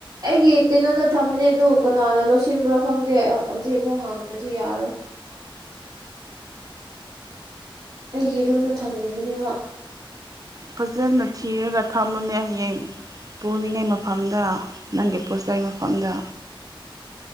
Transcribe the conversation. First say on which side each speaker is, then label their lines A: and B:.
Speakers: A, on the right (about 60°); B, on the right (about 40°).
A: ꯑꯩꯒꯤ ꯀꯩꯅꯣꯗ ꯊꯝꯃꯅꯦ ꯑꯗꯨ ꯀꯅꯥꯅ ꯂꯣꯁꯤꯟꯕ꯭ꯔꯣ ꯈꯪꯗꯦ ꯖꯤꯛ ꯃꯣꯛ ꯍꯪꯒꯗ꯭ꯔꯗꯤ ꯌꯥꯔꯔꯣꯏ ꯑꯩꯒꯤ ꯔꯨꯝꯅ ꯊꯝꯈꯤꯕꯅꯦꯕ
B: ꯐꯖꯅ ꯊꯤꯔꯒ ꯊꯝꯃꯨꯅꯦ ꯍꯌꯦꯡ ꯄꯨꯅꯤꯉꯩ ꯃꯐꯝꯗ ꯅꯪꯒꯤ ꯄꯣꯠꯆꯩ ꯃꯐꯝꯗ